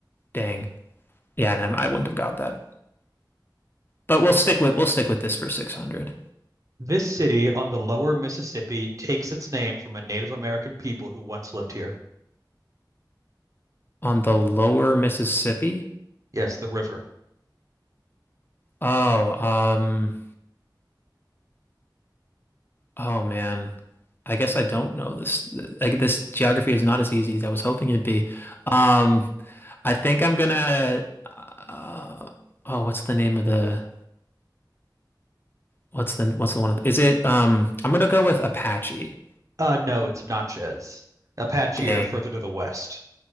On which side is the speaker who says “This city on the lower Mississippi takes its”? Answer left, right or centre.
Right